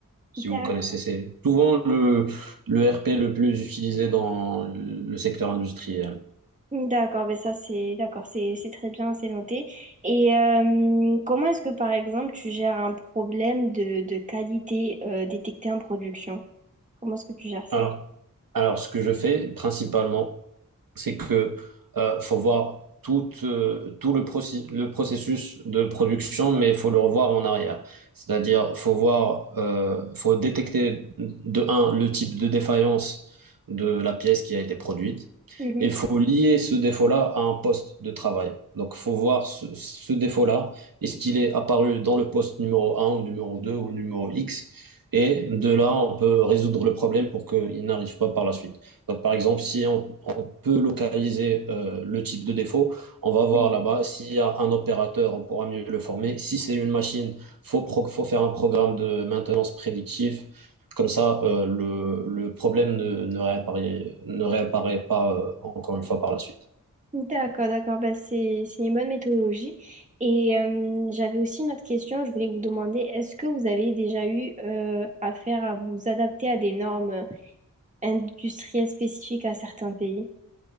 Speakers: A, on the right (about 80°); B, on the right (about 20°).
A: si
B: D'accord.
A: vous connaissez. C'est souvent le, le ERP le plus utilisé dans le secteur industriel.
B: D'accord, ben ça c'est d'accord, c'est c'est très bien, c'est noté. Et euh, comment est-ce que par exemple tu gères un problème de, de qualité euh, détecté en production? Comment est-ce que tu gères ça?
A: Alors, alors, ce que je fais principalement, c'est que euh, faut voir tout, euh, tout le, proci- le processus de production, mais faut le revoir en arrière. C'est-à-dire, faut voir, euh, faut détecter de un le type de défaillance de la pièce qui a été produite,
B: Mhm.
A: et faut lier ce défaut-là à un poste de travail. Donc, faut voir ce, ce défaut-là, est-ce qu'il est apparu dans le poste numéro un ou numéro 2 ou numéro X? Et de là, on peut résoudre le problème pour qu'il n'arrive pas par la suite. Donc, par exemple, si on peut localiser euh, le type de défaut. On va voir
B: Oui,
A: là-bas. S'il y a un opérateur, on pourra mieux le former. Si c'est une machine, faut, pro- faut faire un programme de maintenance prédictif. Comme ça, euh, le, le problème ne, ne réapparaît, ne réapparaît pas euh, encore une fois par la suite.
B: D'accord, d'accord. Bah, c'est, c'est une bonne méthodologie. Et euh, j'avais aussi une autre question. Je voulais vous demander, est-ce que vous avez déjà eu euh, affaire à vous adapter à des normes industrielles spécifiques à certains pays?